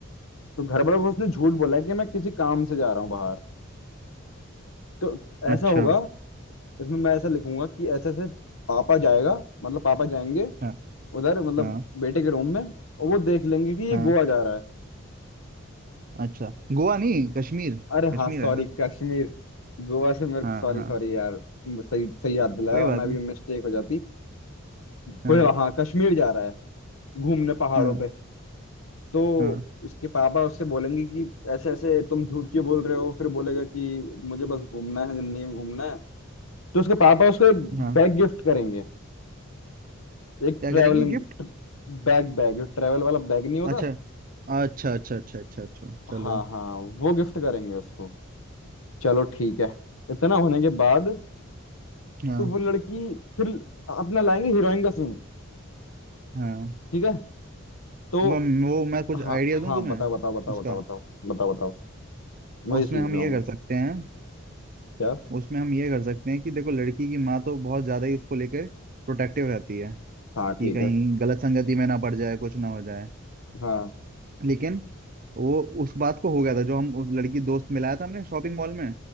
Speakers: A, on the left; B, on the right.
A: तो घर वालों को उसने झूठ बोला है कि मैं किसी काम से जा रहा हूँ बाहर तो ऐसा
B: अच्छा
A: होगा इसमें मैं ऐसा लिखूंगा कि ऐसे ऐसे पापा जाएगा
B: हम्म,
A: मतलब पापा जाएंगे
B: हाँ
A: उधर मतलब
B: हाँ
A: बेटे के रूम में और वो देख लेंगे कि ये
B: हाँ
A: गोवा जा रहा है
B: अच्छा गोवा नहीं कश्मीर
A: अरे
B: कश्मीर
A: हाँ सॉरी
B: है सर
A: कश्मीर गोवा से मेरे
B: हाँ
A: को सॉरी
B: हाँ
A: सॉरी यार सही सही याद दिलाया
B: कोई
A: वरना
B: बात
A: भी
B: नहीं
A: मिस्टेक हो जाती
B: हाँ
A: कोई हाँ कश्मीर जा रहा है घूमने पहाड़ों
B: हाँ
A: पे तो
B: हाँ
A: उसके पापा उससे बोलेंगे कि ऐसे ऐसे तुम झूठ क्यों बोल रहे हो फिर बोलेगा कि मुझे बस घूमना है जिंदगी में घूमना है तो उसके पापा उसको एक
B: हाँ
A: बैग गिफ्ट करेंगे एक
B: क्या
A: ट्रैवलिंग
B: करेंगे गिफ्ट
A: बैग बैग ट्रैवल वाला बैग नहीं होता
B: अच्छा अच्छा अच्छा अच्छा अच्छा अच्छा चलो
A: हाँ हाँ वो गिफ्ट करेंगे उसको चलो ठीक है इतना होने के बाद
B: हाँ
A: तो वो लड़की फिर अपना लाएंगे हीरोइन का सीन
B: हाँ
A: ठीक है तो
B: मैं वो मैं कुछ
A: हाँ
B: आइडिया दूं
A: हाँ
B: तुम्हें
A: बताओ बताओ बताओ
B: उसका
A: बताओ बताओ बताओ बताओ वही
B: उसमें
A: सोच
B: हम
A: रहा
B: ये
A: हूँ
B: कर
A: मैं।
B: सकते हैं
A: क्या
B: उसमें हम ये कर सकते हैं कि देखो लड़की की माँ तो बहुत ज्यादा ही उसको लेके प्रोटेक्टिव रहती है
A: हाँ
B: कि
A: ठीक
B: कहीं
A: है
B: गलत संगति में ना पड़ जाए कुछ ना हो जाए
A: हाँ
B: लेकिन वो उस बात को हो गया था जो हम उस लड़की दोस्त मिलाया था हमने शॉपिंग मॉल में